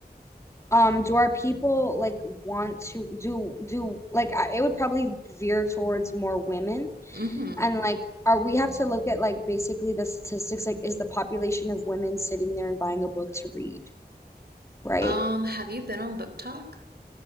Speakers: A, on the left; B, on the right.
A: Um, do our people like want to do do like I, it would probably veer towards more women
B: Mhm.
A: And like, are we have to look at like basically the statistics? Like, is the population of women sitting there and buying a book to read, right?
B: Um, have you been on Book Talk?